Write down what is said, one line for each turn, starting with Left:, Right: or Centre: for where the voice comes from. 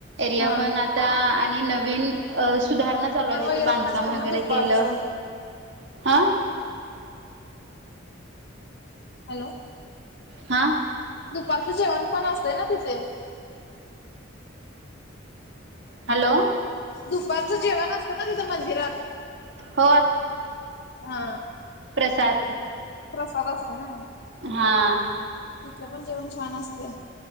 Right: एरिया
Left: हा
Right: पण आ ता आणि नवीन अ सुधारणा चालूवा
Left: पण
Right: आहे तिथं
Left: वगैरे
Right: बांधकाम
Left: पण असते
Right: वगैरे
Left: ना दुपारचं
Right: केलं आा
Left: हॅलो
Right: हा
Left: दुपारचं जेवण पण असते ना तिथे
Right: हॅलो
Left: दुपारच जेवण असतं ना तिथं मंदिरात
Right: हो
Left: हा
Right: प्रसााद
Left: प्रसाद असतो ना
Right: हा
Left: तिथलं पण जेवण छान असतय